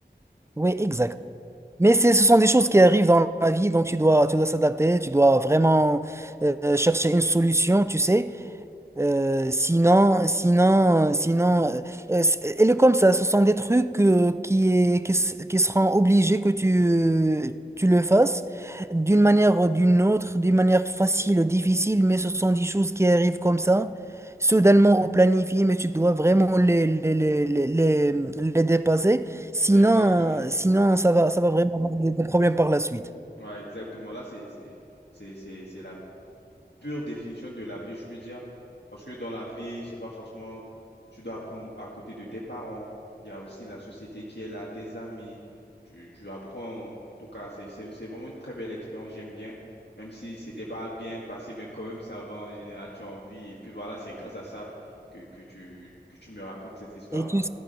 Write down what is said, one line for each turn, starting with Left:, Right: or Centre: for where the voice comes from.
Right: Oui, exact. Mais c'est- ce sont des choses qui arrivent dans la vie, donc tu dois, tu dois s'adapter, tu dois vraiment euh, euh, chercher une solution, tu sais. Euh, sinon, sinon, sinon, euh, euh, c'est- elle est comme ça. Ce sont des trucs euh, qui, est- qui, s- qui seront obligés que tu, tu le fasses d'une manière ou d'une autre, d'une manière facile ou difficile, mais ce sont des choses qui arrivent comme ça, soudainement au planifié, mais tu dois vraiment les, les, les, les, les- les dépasser. Sinon,
Left: Exactement.
Right: euh, sinon ça va, ça va vraiment avoir des des problèmes par la suite.
Left: Ouais, exactement. Là, c'est, c'est, c'est, c'est, c'est la pure définition de la vie, je peux dire. Parce que dans la vie, c'est pas forcément, tu dois apprendre à côté de tes parents. Il y a aussi la société qui est là, tes amis. Tu, tu apprends, en tout cas, c'est, c'est, c'est vraiment une très belle expérience, j'aime bien. Même si c'était pas bien passé, mais quand même, ça va en général, tu as envie. Et puis voilà, c'est grâce à ça que, que tu, que tu me racontes cette histoire-là.
Right: Et tu,